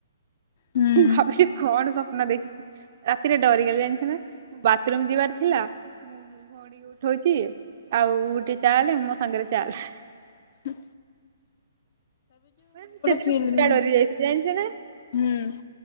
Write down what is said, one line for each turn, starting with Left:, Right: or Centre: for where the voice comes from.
Left: ହୁଁ
Right: ମୁଁ ଭାବିଲି କଣ ସପ୍ନ ଦେ ରାତିରେ ଡରିଗଲି ଜାଣ୍ଚ ନା ବାତ୍ରୁମ୍ ଯିବାର ଥିଲା। ଭଉଣୀକୁ ଉଠଉଚି ଆଉ ଉଟି ଚାଲେ ମୋ ସାଙ୍ଗରେ ଚାଲେ।
Left: ହୁଁ।
Right: ମ୍ୟାମ୍ ସେଦିନ
Left: ଫିଲ୍ମ
Right: ପୁରା ଡରି ଯାଇଥିଲି ଜାଣ୍ଚ ନା
Left: ହୁଁ